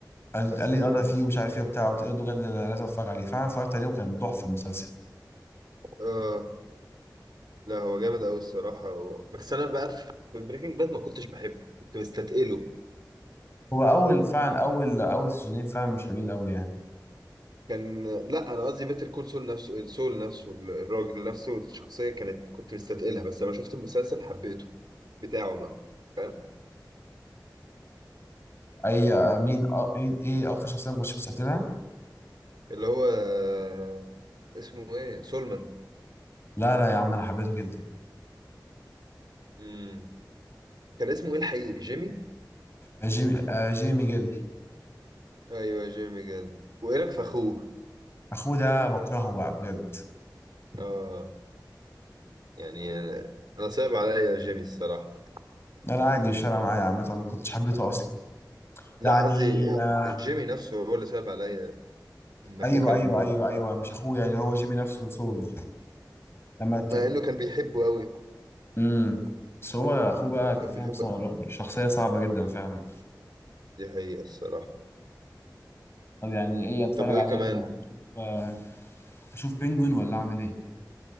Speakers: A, on the left (about 35°); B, on the right (about 75°).
A: قال
B: نفس
A: قال لي
B: الحوار
A: اه ده فيه ومش عارف ايه وبتاع قلت له ده بجد أنا لازم اتفرج عليه فعلا اتفرجت عليه وكان تحفه المسلسل
B: اه لا هو جامد قوي الصراحه و... بس انا بقى في بريكنج باد ما كنتش بحبه كنت مستثقله
A: هو اول فعلا اول اول سيزونين فعلا مش حلوين قوي يعني
B: كان لا انا قصدي بيتر كول سول نفسه سول نفسه الراجل نفسه الشخصيه كانت كنت مستثقلها بس لما شفت المسلسل حبيته بتاعه بقى فاهم
A: اي آه، مين آه، مين ايه اكتر شخصيه ما كنتش مستقتلها
B: اللي هو آه، اسمه ايه سولمان
A: لا لا يا عم انا حبيته جدا
B: امم كان اسمه ايه الحقيقي جيمي
A: آه، جيمي آه، جيمي ميجيل
B: ايوه جيمي جال وايه رايك في اخوه
A: اخوه ده بكرهه بقى بجد
B: اه يعني انا صعب عليا جيمي الصراحه
A: انا عادي مش فارقه معايا عامه ما كنتش حبيته اصلا
B: لا
A: يعني
B: قصدي
A: آه،
B: جيمي نفسه هو اللي صعب عليا ان اخوه
A: ايوه
B: كان
A: ايوه ايوه ايوه مش اخوه يعني هو جيمي نفسه سول لما ت...
B: مع انه كان بيحبه قوي
A: امم بس هو اخوه بقى انت
B: كان
A: فاهم
B: بيحب
A: صع-
B: الحب
A: شخصيه صعبه جدا فعلا
B: دي حقيقه الصراحه
A: طب يعني ايه اتفرج
B: طب وايه
A: على
B: كمان
A: ايه كده اشوف آه، اشوف بينجوين ولا اعمل ايه